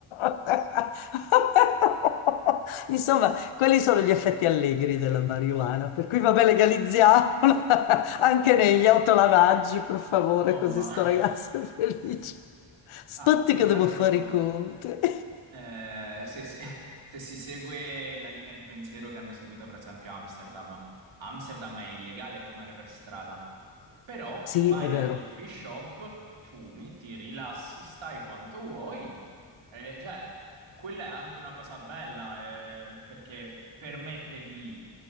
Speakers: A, on the left; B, on the right.
A: <laughs> Insomma, quelli sono gli effetti allegri della marijuana, per cui vabbè, legalizziamola <laughs> anche negli autolavaggi, per favore,
B: Oh,
A: così
B: ma...
A: sto ragazzo è felice.
B: <laughs>
A: Aspetti
B: Ah, più
A: che
B: che
A: devo
B: altro
A: fare i conti. <laughs>
B: eh, se, se- <laughs> se si segue la linea di pensiero che hanno seguito per esempio a Amsterdam. A Amsterdam è illegale fumare per strada, però
A: Sì,
B: vai
A: è
B: nel
A: vero,
B: coffee shop, fumi, ti rilassi, stai quanto vuoi eh, cioè, quella è anche una cosa bella, eh, perché permette di